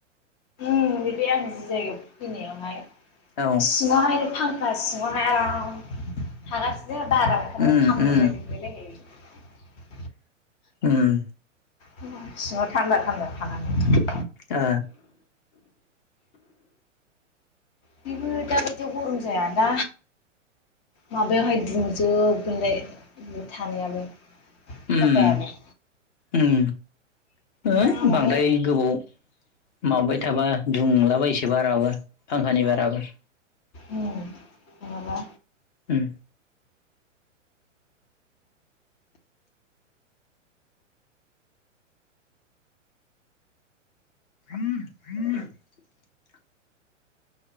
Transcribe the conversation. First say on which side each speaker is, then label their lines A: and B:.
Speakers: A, on the left; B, on the left.
A: उम बे आं जि जायगायाव फैनायावहाय
B: औ
A: सिङावहाय फांखा सिं ङाव हाय आराम थागासिनो दा साहेबराव ओंखारबाय
B: उम
A: खामग्लिनाय
B: उम
A: मोनलायलायनाय।
B: उम
A: कमपानि सिङाव थान्दा-थान्दा थानानै द
B: ओ
A: बिबो दााबायदियाव गरम जायाना माबायावहाय दुंजोबोनालाय बे थानायाबो खथायानो
B: उम उम ओ
A: दा
B: बांद्राय
A: माने
B: गोबाव माबाबाय थाबा दुंलाबायसो बाराबो फांखानि बाराबो
A: उम नङाबा
B: उम <unintelligible>